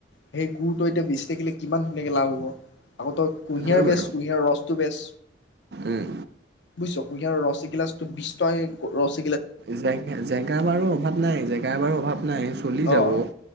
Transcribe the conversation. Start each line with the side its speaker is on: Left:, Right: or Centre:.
Left: সেই গু়ৰটো এতিয়া বিচিথাকিলে কিমান ধুনীয়াকে লাভ হ'ব আকৌ তই কুঁহিয়াৰ
Right: হয়
Left: বেজ
Right: বাৰু
Left: কুঁহিয়াৰ ৰসটো বেজ
Right: উম
Left: বুজিছ কুঁহিয়াৰ ৰস এগিলাটো বি্ত ৰ
Right: জেগ জেগা বাৰু অভাৱ নাই জেগা বাৰু অভাৱ নাই চলি যাব
Left: অ